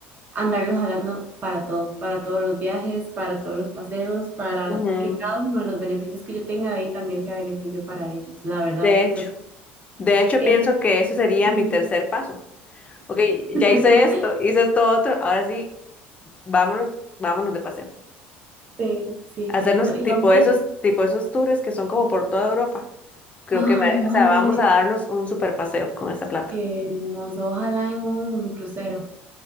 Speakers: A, on the right (about 35°); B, on the left (about 25°).
A: andarlos jalando para todo, para todos los viajes, para todos los paseos, para
B: Ujú.
A: que cada uno de los beneficios que yo tenga de ahí también sea beneficio para ellos. La verdad,
B: De hecho,
A: creo que...
B: de hecho
A: eh,
B: pienso que eso sería
A: ujú.
B: mi tercer paso. Ok, ya
A: <laughs>
B: hice esto, hice esto otro, ahora sí, vámonos, vámonos de paseo.
A: Sí, sí,
B: Hacernos
A: qué lindo. Y
B: tipo
A: hombre,
B: esos, tipo esos tours que son como por toda Europa. Creo
A: Ay,
B: que, me-
A: ojalá,
B: o sea, vamos
A: en-
B: a darnos un super paseo con esta plata.
A: qué hermoso, ojalá en un crucero.